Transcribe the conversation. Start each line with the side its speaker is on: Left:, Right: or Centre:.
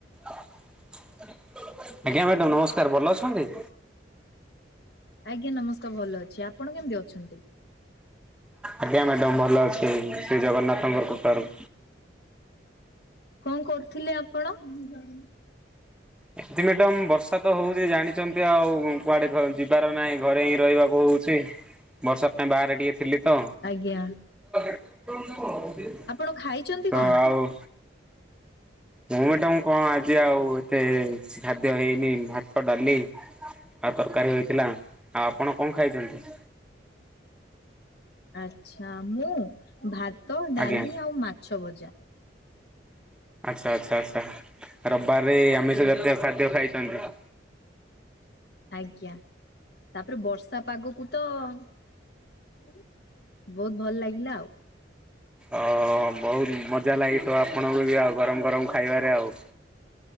Centre: ଆଜ୍ଞା ମ୍ୟାଡାମ ନମସ୍କାର ଭଲ ଅଛନ୍ତି?
Left: ଆଜ୍ଞା ନମସ୍କାର୍ ଭଲ ଅଛି ଆପଣ କେମ୍ତି ଅଛନ୍ତି।
Centre: ଆଜ୍ଞା ମ୍ୟାଡାମ୍ ଭଲ ଅଛି ଶ୍ରୀ ଜଗନ୍ନାଥଙ୍କର କୃପାରୁ।
Left: କଣ କରୁଥିଲେ ଆପଣ ମୁଁ ଜାଣିନି।
Centre: ଏଠି ମ୍ୟାଡାମ୍ ବର୍ଷା ତ ହଉଚି ଜାଣି ଛନ୍ତି ଆଉ କୁଆଡେ ଯିବାର ନାହିଁ ଘରେ ହିଁ ରହିବାକୁ ହଉଛି। ବର୍ଷା ପାଇଁ ବାହାରେ ଟିକେ ଥିଲି ତ।
Left: ଆଜ୍ଞା।
Centre: <inaudible>
Left: ଆପଣ ଖାଇଛନ୍ତି
Centre: ତ
Left: କଣ?
Centre: ଆଉ ମୁଁ ମେଟାମ୍ କଣ ଆଜି ଆଉ ଏତେ ଖାଦ୍ୟ ହେଇନି। ଭାତ, ଡାଲି ଆଉ ତରକାରୀ ହେଇଥିଲା। ଆଉ ଆପଣ କଣ ଖାଇଛନ୍ତି?
Left: ଆଚ୍ଛା! ମୁଁ ଭାତ, ଡାଲି
Centre: ଆଜ୍ଞା
Left: ଆଉ ମାଛ ଭଜା।
Centre: ଆଚ୍ଛା ଆଚ୍ଛା ଆଚ୍ଛା ରବାରେ ଆମିଷ ଜାତୀୟ ଖାଦ୍ୟ ଖାଇଛନ୍ତି।
Left: ଆଜ୍ଞା! ତାପରେ ବର୍ଷା ପାଗକୁ ତ ବହୁତ ଭଲ ଲାଗିଲା ଆଉ।
Centre: ଅ ବହୁତ୍ ମଜା ଲାଗିଥିବ ଆପଣଙ୍କୁ ବି ଆଉ ଗରମ୍ ଗରମ୍ ଖାଇବାରେ ଆଉ।